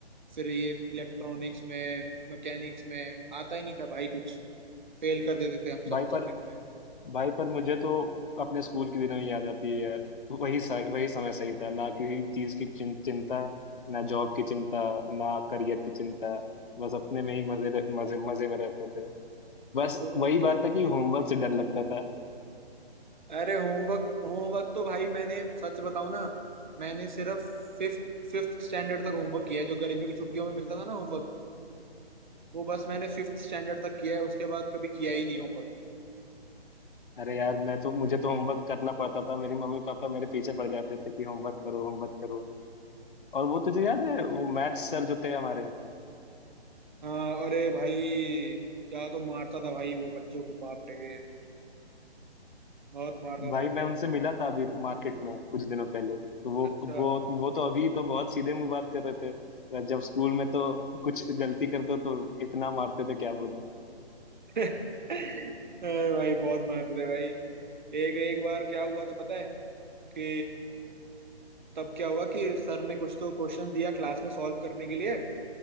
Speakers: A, on the right; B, on the left.
A: फिर ये इलेक्ट्रॉनिक्स में मैकेनिक्स में आता ही नहीं था भाई कुछ फेल कर देते थे हम सब
B: भाई
A: सब्जेक्ट
B: पर
A: में
B: भाई पर मुझे तो अपने स्कूल के दिनों ही याद आती है यार वही स- वही समय सही था ना किसी चीज की चिं, चिंता ना जॉब की चिंता ना करियर की चिंता बस अपने में ही मजे मजे मजे में रहते थे बस
A: तो
B: वही
A: क्या
B: बात
A: भाई
B: था कि होमवर्क से डर लगता था
A: अरे होमवर्क होमवर्क तो भाई मैंने सच बताऊं ना मैंने सिर्फ फिफ्थ फिफ्थ स्टैंडर्ड तक होमवर्क किया है जो गर्मी की छुट्टियों में मिलता था ना होमवर्क वो बस मैंने फिफ्थ स्टैंडर्ड तक किया है उसके बाद कभी किया ही नहीं होमवर्क
B: अरे यार मैं तो मुझे तो होमवर्क करना पड़ता था मेरी मम्मी पापा मेरे पीछे पड़ जाते थे कि होमवर्क करो होमवर्क करो और वो तुझे याद है वो मैथ्स सर जो थे हमारे
A: हाँ अरे भाई क्या तो मारता था भाई वो बच्चों को बाप रे बहुत मारता
B: भाई
A: था भाई
B: मैं उनसे मिला था अभी मार्केट में कुछ दिनों पहले तो वो
A: अच्छा
B: वो वो तो अभी तो बहुत सीधे मुंह बात कर रहे थे जब स्कूल में तो कुछ गलती कर दो तो इतना मारते थे क्या बोलूं
A: <laughs> अरे भाई बहुत मारते थे भाई एक एक बार क्या हुआ था पता है कि तब क्या हुआ कि सर ने कुछ तो क्वेश्चन दिया क्लास में सॉल्व करने के लिए